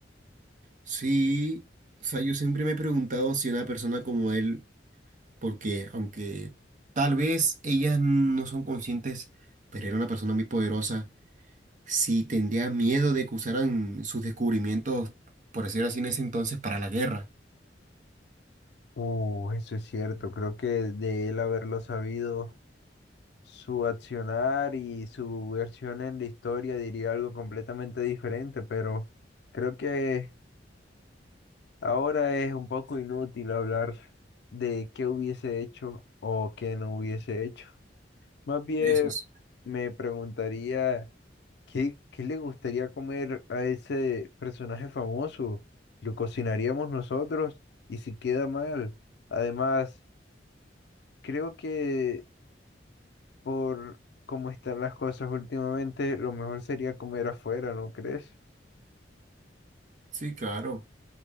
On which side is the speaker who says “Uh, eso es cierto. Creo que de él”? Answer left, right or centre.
Left